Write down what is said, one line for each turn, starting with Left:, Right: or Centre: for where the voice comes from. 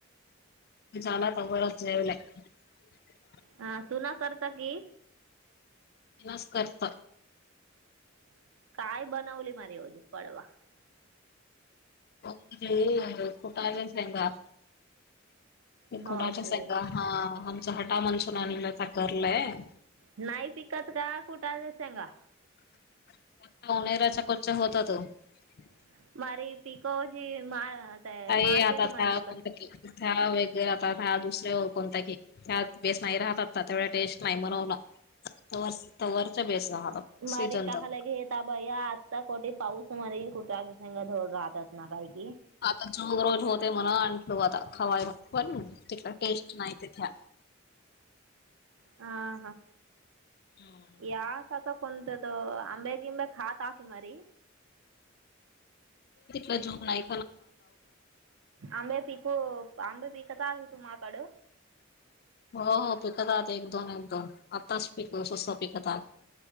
Left: <unintelligible>
Right: हा तू ना करता की.
Left: नसतंरत.
Right: <unintelligible>
Left: <unintelligible> <unintelligible>
Right: हो की
Left: <unintelligible>
Right: नाही पिकत का कुठं. सांगा
Left: <unintelligible>
Right: <unintelligible>
Left: <unintelligible>
Right: मार्केट म्हणजे कसे
Left: <unintelligible>
Right: मारी
Left: सीजन
Right: काहाल
Left: तवर
Right: घेेत बया आता कठे पाऊस मध्ये कुठ ध राहतात ना काही
Left: आता चोग रोज होतंय म्हण आण ता खावाय म बण तिक टेस्ट नाही तिथे
Right: हा हा
Left: हम्म
Right: यास आता कोणतं? त आंबेगिंबे खात असणागी
Left: लजू बनाय
Right: आंबे पिकू आंबे विकत आणलं तुम्हाकडं
Left: हो हो पिकतात एक दोन एक दोन आत्ताच पिक स्त पिकतात